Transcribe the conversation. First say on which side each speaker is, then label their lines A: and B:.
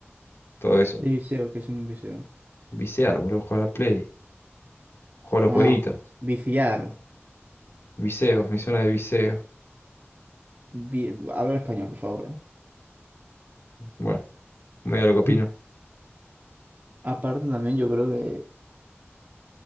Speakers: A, on the left; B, on the right.
A: todo eso.
B: De viseo, ¿qué es un viseo?
A: Visear, boludo, jugar a la Play. Jugar a los
B: Ah,
A: jueguitos.
B: viciar.
A: Viseos, misiones de viseos.
B: Vi- Habla en español, por favor, ¿eh?
A: Bueno, medio lo que opino.
B: <laughs> Aparte también yo creo que